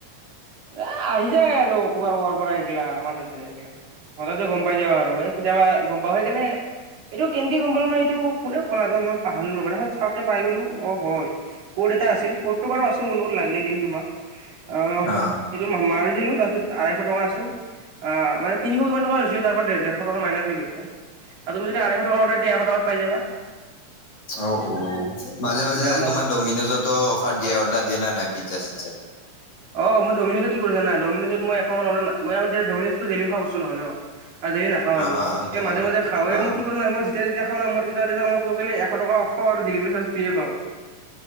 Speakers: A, on the right; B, on the left.
A: এ আহি যায় আৰু কবাৰ কবাৰ পৰা এইগ্লা আমাৰ টাতে এই গ্লা, হঠাৎ য়ে গম পাই যাও আৰু এই কেতিয়াবা গম পাও আৰু হেইকানে এইটো কেনেকে গম পালো মানে এইটো কোনে কল আগ মই পাহালো ৰ তাৰপিছতাওঁতে পাই গলো অ হয়। ক'ত এটা আছিল ক'তটো বাৰু আছো মোৰ লগত লাগিলে দিন তোমাক আহ
B: অ
A: সেইটো মাৰ দিলো তাৰপিছত আঢাইশ টকা আছিল অ মানে তিনিশ কিমান টকা হৈছিল। তাৰ পৰা দেৰশ টকা মাইনাচ হৈ গৈছে আৰু তুমি যদি আড়ৈশ টকাৰা এশ টকাত পাই যাবা। <unintelligible>
B: অ অ মাজে মাজে
A: দাম
B: তোমাৰ ডমিন'জতো অফাৰ দিয়ে অৰ্ডাৰ দিয়ে নে নাই। পিজ্জা চিজ্জা
A: অ মই দমিনজ কি কৰো জানা দমিনজ মই এশ মই দমিনজ টো ডেইলী খোৱা বস্তু নহয় ন। আৰু দেৰি নাখাওঁ
B: অ
A: আমি
B: অ সেইটো হয়
A: মাজে মাজে খাও এই
B: অ
A: মই কি কৰো ন মই যেতি যেতিয়া খাওঁ ন মই তেতিয়াতিয়া মই টোটৈলী এশ টকা <unintelligible> ডেলিভাৰী চাৰ্জ ফ্ৰী পাওঁ।